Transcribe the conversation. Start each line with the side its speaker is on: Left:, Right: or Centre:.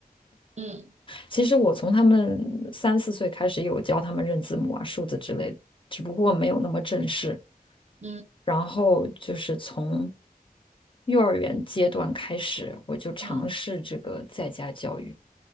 Right: 嗯
Left: 其实我从他们三四岁开始有教他们认字母啊、数字之类的，只不过没有那么正式。
Right: 嗯嗯。
Left: 然后就是从幼儿园阶段开始，我就尝试这个在家教育。
Right: 嗯